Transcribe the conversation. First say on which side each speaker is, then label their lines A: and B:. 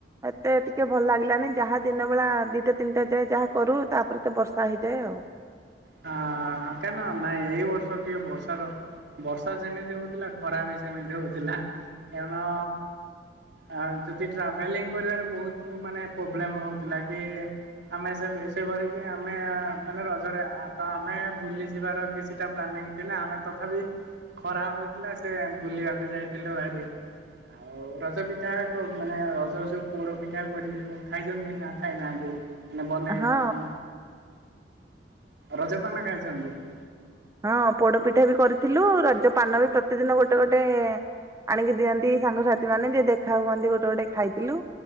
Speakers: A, on the right (about 15°); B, on the right (about 75°).
A: ଏତେ ଟିକେ ଭଲ ଲାଗିଲାନି ଯାହା ଦିନବେଳା ଦୁଇଟା ତିନିଟା ଯାଏ ଯାହା କରୁ। ତା ପରେ ତ ବର୍ଷା ହୋଇଯାଏ ଆଉ ।
B: ହଁ ହଁ କେନ? ନାଇଁ ଏଇ ବର୍ଷ ଟିକେ ବର୍ଷାର-ବର୍ଷା ଯେମିତି ହଉଥିଲା ଖରା ବି ସେମିତି ହଉଥିଲା । କେନ୍ ଆ ଆ ଯଦି ଟ୍ରାଭେଲିଂ କରିବାରେ ବହୁତ ମାନେ ପ୍ରୋବ୍ଲେମ୍ ହେଉଥିଲା କି ଆମେ ସେ ସେଇ ଭଳିକି ଆମେ ମାନେ ରଜରେ ଆ-ତ ଆମେ ବୁଲି ଯିବାର କିଛିଟା ପ୍ଲାନିଂ ଥିଲା। ଆମେ ତଥାପି ଖରା ହଉଥିଲା ସେ ବୁଲିବାକୁ ଯାଇଥିଲୁ ଭାରି । ଆଉ ରଜ ପିଠାଯାକ ମାନେ ରଜର ଯୋଉ ପୋଡପିଠା କରି ଖାଇଚନ୍ତି ନା ଖାଇନାହାନ୍ତି? ମାନେ ବନେଇକି
A: ହଁ
B: ରଜ ପାନ ଖାଇ ଚନ୍ତି ।
A: ହଁ ପୋଡପିଠା ବି କରିଥିଲୁ । ରଜ ପାନ ବି ପ୍ରତିଦିନ ଗୋଟେ ଗୋଟେ ଆଣିକି ଦିଅନ୍ତି ସାଙ୍ଗସାଥି ମାନେ, ଯେ ଦେଖା ହୁଅନ୍ତି ଗୋଟେ ଗୋଟେ ଖାଇଥିଲୁ